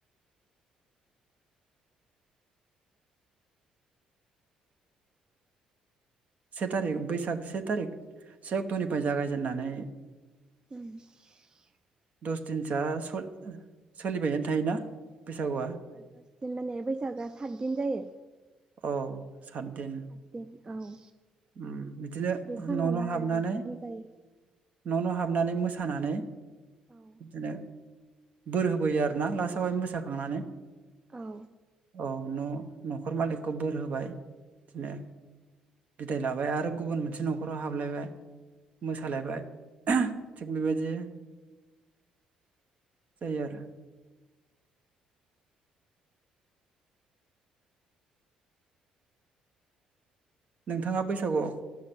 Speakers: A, on the right; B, on the right.
A: से थारिख बैसाग से थारिख से अक्ट'निफ्राय जागायजेननानै
B: <inaudible>
A: दस दिनसोआ सल-सोलिबायानो थायोना? बैसागुआ
B: जोंगामिया बैसागोआ सात दिन जायो।
A: अ सात दिन
B: सातदिन औ
A: उम बिदिनो
B: बे सानावनो
A: न' न'
B: आरो
A: हाबनानै
B: गाजा गोमजायै
A: न' न हाब नानै मोसानानै
B: औ
A: दिनो बोर होबोयो आरोना लास्टआवहाय मोसाखांनानै
B: औ
A: औ न' न'खर मालिखखौ बोर होबाय बिदिनो बिदाय लाबाय आरो गुबुन मोनसे न'खराव हाबलायबाय मोसालायबाय
B: औ
A: थिग बेबायदि जायो आरो नोंथाङा बैसागुवाव